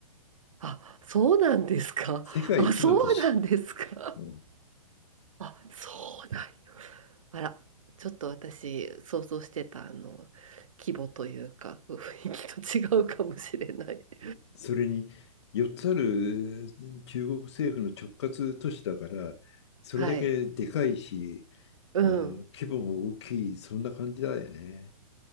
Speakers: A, on the right; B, on the left.
A: あ、そうなんですか。
B: 世界一の都市。
A: あ、そうなんですか。
B: うん。
A: あ、そうなんや。あら、ちょっと私、想像してた、あの、規模というか、雰囲気と違うかもしれない。<laughs>
B: それに4つある中国政府の直轄都市だからそれだけでかいし
A: はい。うん。
B: あの規模も大きいそんな感じだよね。